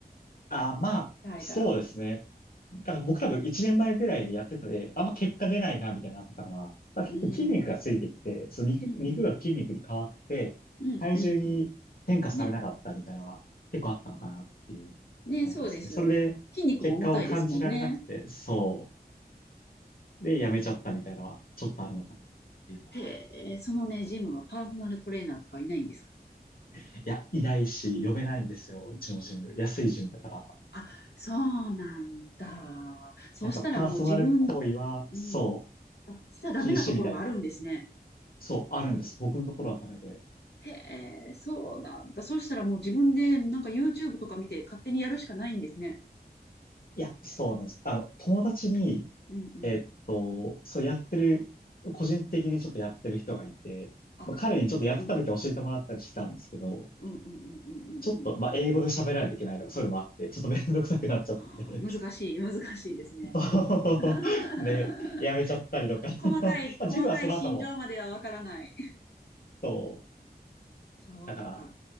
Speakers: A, on the left; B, on the left.
A: あ、まあ、
B: 鍛えたら。
A: そうですね。だから僕多分1年前ぐらいでやってたで、あんま結果出ないな、みたいなのあったのが、まあ、結構筋肉がついてきて、
B: うーん、
A: その肉、
B: うん、うん、
A: 肉が筋肉に変わって、
B: うん、
A: 体重に変化されなかったみたいなのは結構あったのかなっていう、
B: うんうん。ね、ね、
A: なりますね。
B: そうですよね。
A: それで結果を感じられなくて、
B: 筋肉も重たいですもんね。
A: そう。で、やめちゃったみたいなのはちょっとあるのかなっていうのは。
B: へえ、そのね、ジムはパーソナルトレーナーとかいないんですか
A: いや、いないし、呼べないんですよ。うちのジム。安いジムだから。
B: あ、そうなんだ。そうしたらもう自分、
A: なんかパーソナル行為は、
B: うん、
A: そう、
B: あ、しちゃダメなところがあるんですね。
A: 禁止みたいなそう、あるんです。僕のところはダメで。
B: へえ、そうなんだ。そうしたらもう自分でなんか YouTube とか見て勝手にやるしかないんですね。
A: いや、そうなんです。あの、友達に、
B: うんうん。
A: えっと、そうやってる、個人的にちょっとやってる人がいて、
B: あ、
A: まあ、彼にちょっとやってた時は教えてもらったりしたんですけど、
B: うんうん。うんうんうんうんうんうん。
A: ちょっと、まあ、英語で喋らないといけないとか、そういうのもあって、ちょっとめんどくさくなっちゃって、
B: ああ難しい、難しいですね。
A: <laughs>
B: <laughs>
A: で、やめちゃったりとか
B: 細かい、
A: <laughs> あジム
B: 細かい心情まではわからない。
A: <laughs> はその後も、そう、
B: そうか。
A: だから